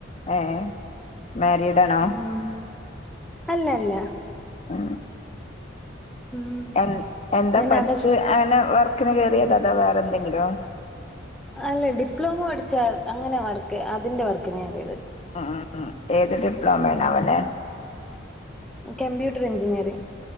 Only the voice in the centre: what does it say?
ഉം അല്ല അല്ല.
ഉം
ഞാൻ
അത
അല്ല ഡിപ്ലോമ പഠിച്ച അങ്ങനെ വർക്ക് അതിന്റെ വർക്കിന് കേറിയത്.
കംമ്പ്യൂട്ടർ എൻജിനീയറിങ്.